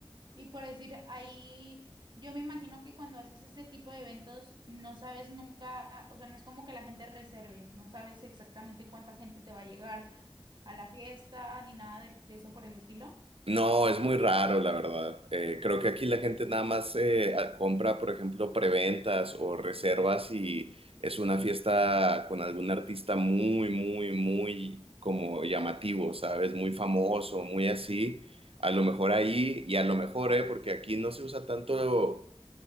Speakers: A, on the right (about 55°); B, on the right (about 85°).
A: Y por decir, ahí yo me imagino que cuando haces ese tipo de eventos no sabes nunca, o sea, no es como que la gente reserve, no sabes exactamente cuánta gente te va a llegar a la fiesta ni nada de, de eso por el estilo.
B: No, es muy raro, la verdad. Eh, creo que aquí la gente nada más eh, a- compra, por ejemplo, preventas o reservas y es una fiesta con algún artista muy, muy, muy como llamativo, ¿sabes? Muy famoso, muy así. A lo mejor ahí y a lo mejor, ¿eh? Porque aquí no se usa tanto